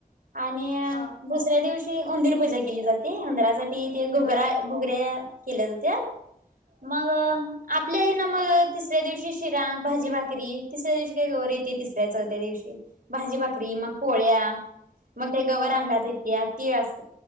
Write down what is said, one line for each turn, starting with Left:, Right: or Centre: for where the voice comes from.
Right: आणि
Left: हा
Right: दुसऱ्या दिवशी उंदीर पूजा केली जाते उंदरासाठी ते घोगरा
Left: हा
Right: घोगर्या केल्या जात. मग आपल्याही ना मग तिसऱ्या दिवशी शिरा भाजी भाकरी तिसऱ्या दिवशी काही गवर येते. तिसऱ्या चौथ्या दिवशी भाजी भाकरी मग पोळ्या मग ते गवरांंगात
Left: हा
Right: येते ती. अस